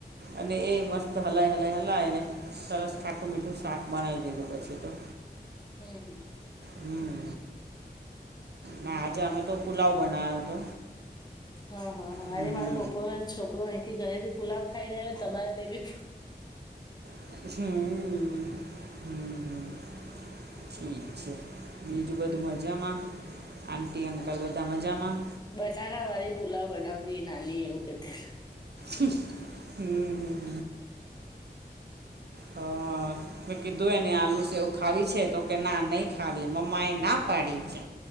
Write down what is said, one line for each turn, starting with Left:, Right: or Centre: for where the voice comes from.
Right: અને એ મસ્ત હલાય હલાય હલાય ને સરસ ખાટું મીઠું શાક બનાવી દીધું પછી તો.
Left: હમ્મ.
Right: હમ્મ હ આજે અમે તો પુલાવ બનાવ્યો હતો.
Left: હા હા હા
Right: હમ
Left: આજે મારો બપોરે છોકરો અહીંથી ઘરેથી પુલાવ ખાઈ રહ્ય તમારે તે બી
Right: હમ્મ હ હમ્મ. ઠીક છે બીજું બધું મજામાં આટી અંકલ બધા મજામાં.
Left: બસાાકા વાળી પુલાવ બનાવતી એ નાની એવું કતી.
Right: હું હું હું હા હા. મેં કીધું એને આલુ સવું ખાવી છે તો કે ના નહીં ખાવી મમ્મા એ ના પાડી છે.